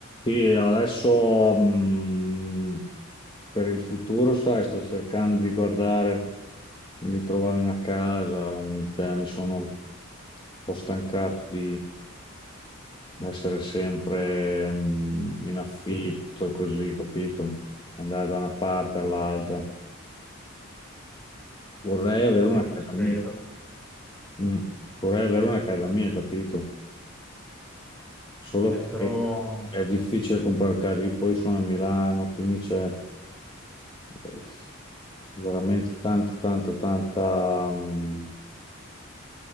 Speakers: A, on the left; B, in the centre.
A: Sì, adesso mh, per il futuro, sai, sto cercando di guardare, di trovare una casa, mh, cioè, mi sono un po' stancato di essere sempre mh, in affitto, così, capito? Andare da una parte all'altra. Vorrei avere una
B: E ti
A: casa
B: credo.
A: mia, Mm. Vorrei avere una casa mia, capito? Solo
B: Eh,
A: che
B: però
A: è difficile comprare case, poi sono a Milano, quindi c'è... eh, veramente tanta, tanta, tanta, mh,